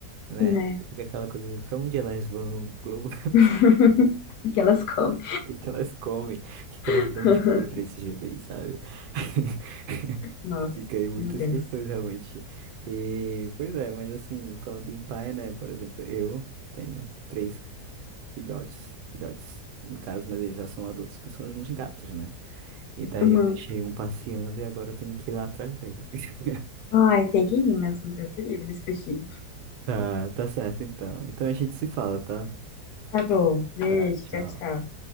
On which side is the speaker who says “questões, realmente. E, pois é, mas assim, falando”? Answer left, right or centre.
Right